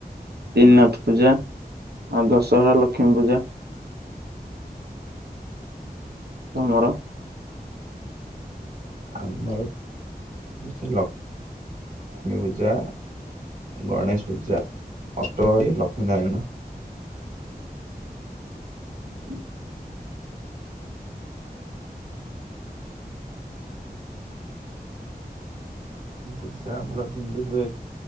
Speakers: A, on the right (about 80°); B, on the right (about 50°).
A: ତିନିନାଥ ପୂଜା ଆଉ ଦଶହରା ଲକ୍ଷ୍ମୀ ପୂଜା ତମର
B: ଆମର ଲକ୍ଷ୍ମ ଲକ୍ଷ୍ମୀ ପୂଜା ଗଣେଶ ପୂ ଜା ଲକ୍ଷ୍ମୀ ନାରାୟଣ।
A: ହଁ।
B: ବୁଝା ଭଲ ସିନ୍ଧି ହୁଏ।